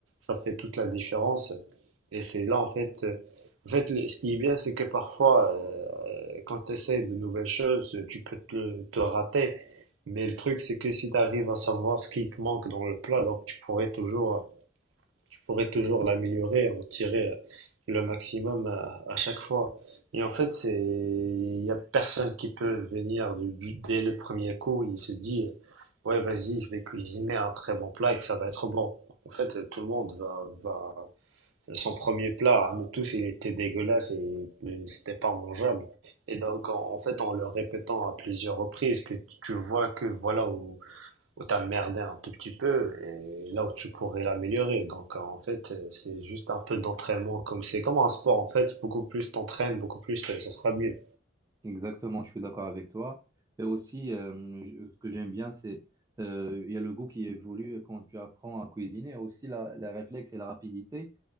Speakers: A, on the right; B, on the right.
A: ça fait toute la différence. Et c'est là, en fait, euh, en fait, le- ce qui est bien, c'est que parfois, euh, quand tu essaies de nouvelles choses, tu peux te, te rater. Mais le truc, c'est que si tu arrives à savoir ce qui te manque dans le plat, donc tu pourrais toujours pourrait toujours l'améliorer, en tirer euh, le maximum à, à chaque fois. Et en fait, c'est, il y a personne qui peut venir du- du- dès le premier coup, il se dit, euh, ouais, vas-y, je vais cuisiner un très bon plat et que ça va être bon. En fait, tout le monde va, va, son premier plat, à nous tous, il était dégueulasse et et c'était pas mangeable. Et donc, en, en fait, en le répétant à plusieurs reprises, que tu vois que voilà où, où t'as merdé un tout petit peu et là où tu pourrais l'améliorer. Donc euh, en fait, euh, c'est juste un peu d'entraînement comme c'est comme un sport en fait, beaucoup plus t'entraînes, beaucoup plus euh, ça sera mieux.
B: Exactement, je suis d'accord avec toi. Et aussi, euh, je- ce que j'aime bien, c'est euh, il y a le goût qui évolue quand tu apprends à cuisiner. Aussi, la, la réflexe et la rapidité.